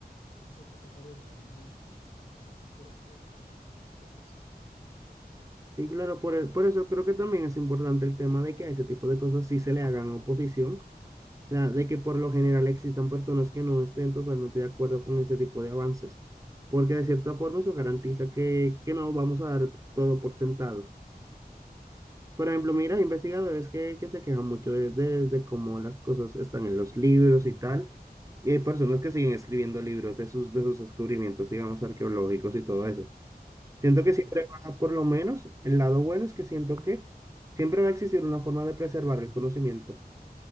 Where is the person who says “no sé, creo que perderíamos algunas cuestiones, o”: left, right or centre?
Left